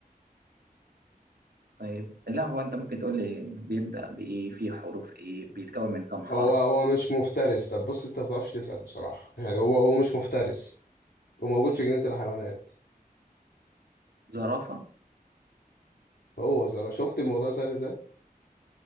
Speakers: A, on the right; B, on the left.
A: طيب لا هو انت ممكن تقول لي بيبدأ بإيه فيه حروف إيه بيتكون من كام حرف
B: هو هو مش مفترس طب بص انت ما بتعرفش تسال بصراحه يعني هو هو مش مفترس وموجود في جنينه الحيوانات
A: زرافة
B: هو زرا شفت الموضوع سهل ازاي